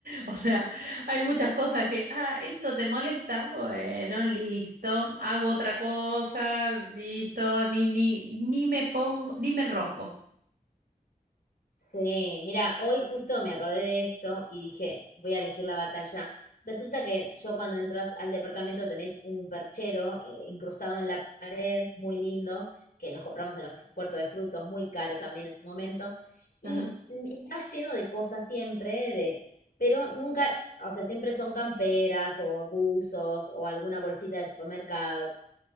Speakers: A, on the right; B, on the left.
A: O sea, hay muchas cosas que, ah, esto te molesta. Bueno, listo. Hago otra cosa. Listo. Ni, ni, ni me pongo, ni me enrosco.
B: Sí, mira, hoy justo me acordé de esto y dije, voy a elegir la batalla. Resulta que yo cuando entras al departamento tenés un perchero eh, incrustado en la pared, muy lindo, que los compramos en el fu- puerto de frutos, muy caro también en su momento.
A: Ajá.
B: Y mm, está lleno de cosas siempre, de, pero nunca, o sea, siempre son camperas o buzos o alguna bolsita de supermercado.